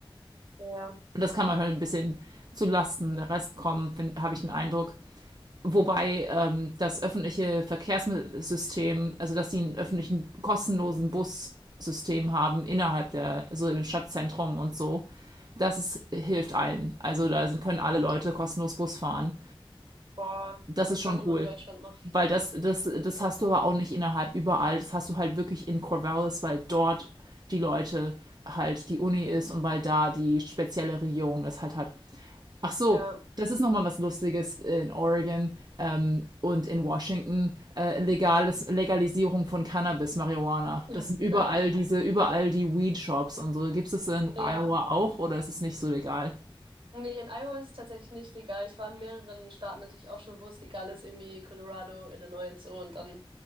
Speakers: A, on the right; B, on the right.
A: ja,
B: Und das kann manchmal ein bisschen zu Lasten der Rest kommen, habe ich den Eindruck. Wobei ähm, das öffentliche Verkehrssystem, also dass die einen öffentlichen kostenlosen Bus System haben innerhalb der, so im Stadtzentrum und so, das ist, hilft allen. Also da können alle Leute kostenlos Bus fahren.
A: boah,
B: Das
A: das
B: ist schon
A: soll niemand
B: cool.
A: in Deutschland machen,
B: Weil das, das, das hast du aber auch nicht innerhalb überall. Das hast du halt wirklich in Corvallis, weil dort die Leute halt die Uni ist und weil da die spezielle Regierung das halt hat. Ach so,
A: ja,
B: das ist nochmal was Lustiges in Oregon ähm, und in Washington. Äh, legales, Legalisierung von Cannabis, Marihuana.
A: <laughs>
B: Das sind überall diese, überall die Weed-Shops und so. Gibt es das in
A: ja.
B: Iowa auch oder ist es nicht so legal?
A: Nee, in Iowa ist es tatsächlich nicht legal. Ich war in mehreren Staaten natürlich auch schon, wo es legal ist, irgendwie Colorado, Illinois und so. Und dann